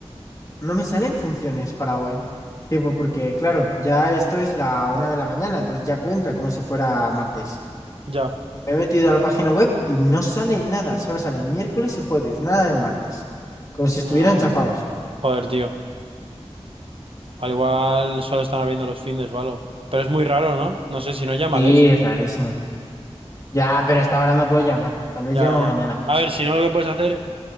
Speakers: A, on the left; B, on the right.
A: no me salen funciones para hoy. Tipo, porque claro, ya esto es la una de la mañana, entonces ya cuenta como si fuera martes.
B: Ya.
A: Me he metido a la página web y no sale nada, solo sale miércoles y jueves, nada de martes. Como si
B: Ah,
A: estuvieran chapados.
B: joder, tío. Al igual solo están abriendo los findes o algo. Pero es muy raro, ¿no? No sé, si no, llámales.
A: Sí, es rarísimo. Ya, pero hasta ahora no puedo llamar. Tal vez
B: Ya,
A: llamo
B: ya, ya.
A: mañana.
B: A ver, si no, lo que puedes hacer es...